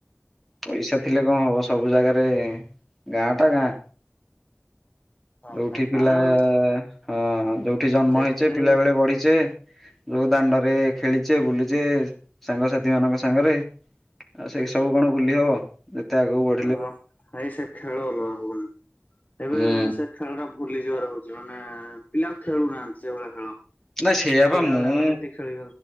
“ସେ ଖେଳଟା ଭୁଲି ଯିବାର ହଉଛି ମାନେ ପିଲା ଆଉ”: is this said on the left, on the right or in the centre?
Left